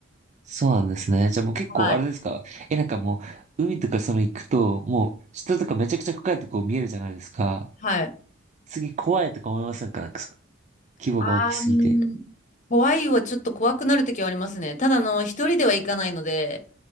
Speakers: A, on the right; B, on the left.
A: そうなんですね。じゃあもう結構あれですかえ、
B: はい。
A: なんかもう海とかその行くと、もう下とかめちゃくちゃ深いとこ見えるじゃないですか。
B: はい
A: すげえ怖いとか思いませんかなんかその規模が大きすぎて。
B: あー、怖いはちょっと怖くなるときはありますね。ただあの、一人では行かないので、